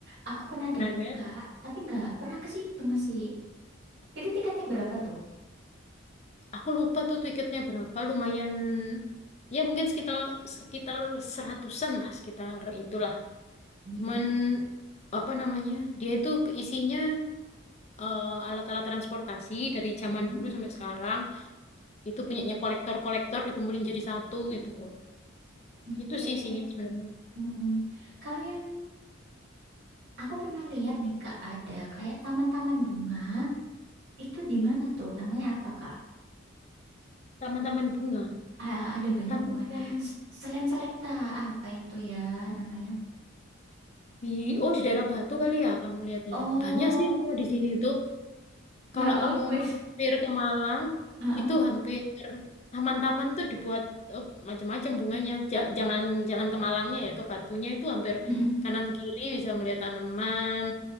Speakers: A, on the right; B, on the left.
A: aku pernah
B: Pernah
A: dengar,
B: dengar?
A: Kak. Tapi nggak pernah ke situ masih. Itu tiketnya berapa tuh?
B: Aku lupa tuh tiketnya berapa. Lumayan ya mungkin sekitar sekitar seratusan lah sekitar itulah.
A: Mm-mm.
B: Cuman apa namanya? Dia itu isinya eh, alat-alat transportasi dari zaman
A: Mm-mm.
B: dulu sampai sekarang itu punyanya kolektor-kolektor dikumpulin jadi satu gitu.
A: Oke.
B: Itu sih isinya sebenarnya.
A: Mm-mm. Kalau yang aku pernah lihat nih, Kak, ada kayak taman-taman bunga. Itu di mana tuh? Namanya apa, Kak?
B: Taman-taman bunga,
A: Ah, ada banyak
B: taman-taman
A: bunga. S- Selain selekta, apa itu ya namanya?
B: di oh di daerah Batu kali ya kamu lihatnya.
A: Oh,
B: Banyak sih kalau di sini itu.
A: ya
B: Kalau kamu
A: wes.
B: mampir ke Malang
A: Heeh.
B: itu hampir taman-taman tuh dibuat eh, macam-macam bunganya. Ja- jangan jangan ke Malangnya ya, ke Batunya itu hampir
A: Mm-mm.
B: kanan kiri bisa melihat tanaman,